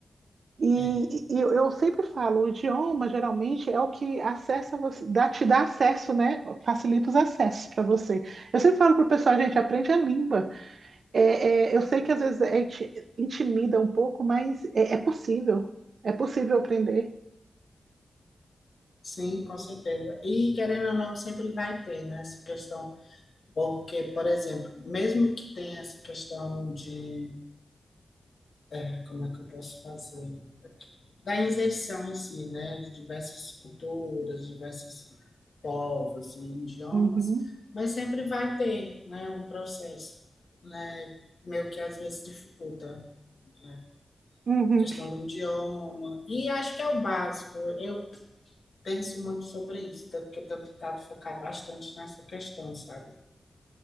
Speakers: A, on the right; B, on the left.
A: E,
B: É.
A: e eu eu sempre falo, o idioma geralmente é o que acessa você, dá, te dá acesso, né? Facilita os acessos para você. Eu sempre falo pro pessoal, gente, aprende a língua. É, é, eu sei que às vezes é inti- intimida um pouco, mas é, é possível. É possível aprender.
B: Sim, com certeza. E querendo ou não, sempre vai ter, né, essa questão. Porque, por exemplo, mesmo que tenha essa questão de, é, como é que eu posso fazer aqui? Da inserção em si, né, de diversas culturas, diversos povos e idiomas,
A: Uhum,
B: mas sempre vai ter, né, um processo, né, meio que às vezes dificulta, né,
A: uhum.
B: a questão do idioma. E acho que é o básico. Eu penso muito sobre isso, tanto que eu tenho tentado focar bastante nessa questão, sabe?